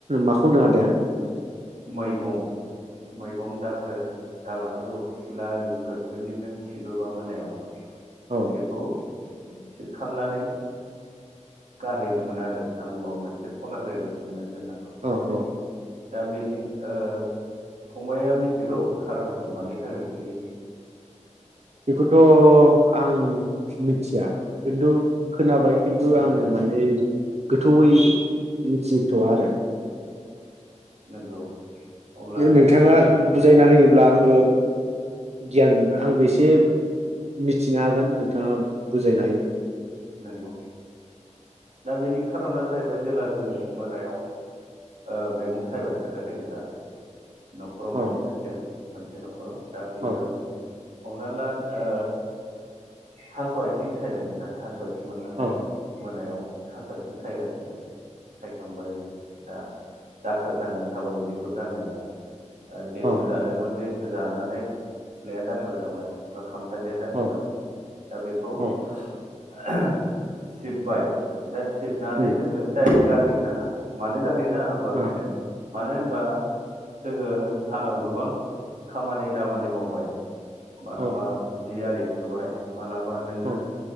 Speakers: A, on the right (about 60°); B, on the right (about 85°).
A: माखौ होनदों आदाया?
B: मैगं मैगं दाखोर दालाफोरखौ सिला आरिफोर जुदि नों सिबोबा मोनायाव
A: औ
B: बेखौ सिबखांनानै गारहैनो मोना आरो नांगौबाबो मोनसे खना जायगायाव सिबना दोननांगौ
A: औ औ
B: दा बेनि ओ फंबाया मिथिगौ खारनखौ मानि थाखाय बिदि
A: बे खौथ' आं मिथिया खिन्थु खोनाबाय। खिन्थु
B: मिथियाना
A: आं माने गोथौयै मिथिथआ आरो।
B: नंगौ। अब्ला
A: नोंथाङा
B: आं सुंद'यै
A: बुजायना
B: खोन्थानो
A: होयोब्ला आंबो गियान आंबो एसे मिथिनो हागोन नोंथाङा बुजायना
B: नंगौ दा बेनि खार'ना जाहैबाय जेला जोङो मोनायाव ओ मैगं सायबाय खोथा थे खोथा न'खराव
A: औ
B: मैगं सायदों। मोनसे न'खराव। दा बेयो
A: औ
B: हमनानै ला ओ थास' आथिं सायदों दा <unintelligible>
A: औ
B: मोनायाव। थास' आथिं सायगासिनो सायखांबायबो दा दाखोर जानानै थाबाय बिगुर गारनाया। ओ लेसु
A: औ
B: जादोंमोन ले जानानै सिलाया दाखोर जाबाय बा खाम सालिया दाखोर
A: औ
B: जाबाय दा बेखौ
A: औ
B: <unintelligible> सिबबाइ। दा सिबनानै
A: उम
B: जोङो डाइरेक्ट गारहैनो नाङा मानो जा गारहैनो नाङा होमबा
A: आ
B: बेनो मानो होनबा जोङो सानाव गोबां खामानि दामानि मावबाय। मालाबा
A: औ
B: जि आरि सुबाय। मालाबा नोङो
A: औ